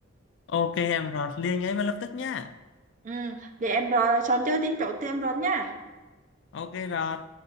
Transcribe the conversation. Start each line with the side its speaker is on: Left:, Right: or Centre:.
Left: Ok em Rọt liền ngay và lập tức nhá.
Right: Ừ, để em rồi Son chơi tin chỗ tụi em rồi nhá.
Left: Ok Rọt.